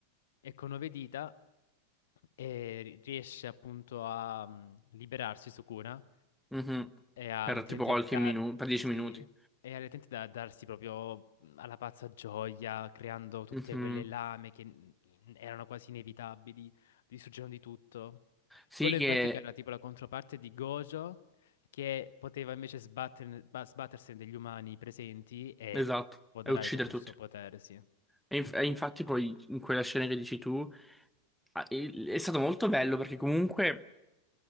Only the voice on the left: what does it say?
e con nove dita e ri- riesce appunto a mm, liberarsi Sukuna
e a
letteralmente
darsi
e a letteralmente da- darsi proprio mm, alla pazza gioia, creando tutte
quelle lame che n- erano quasi inevitabili, distruggendo di tutto.
Quello in
pratica era tipo la controparte di Gojo che poteva invece sbatterne- ba- sbattersene degli umani presenti e
sfoderare
tutto il
suo potere, sì.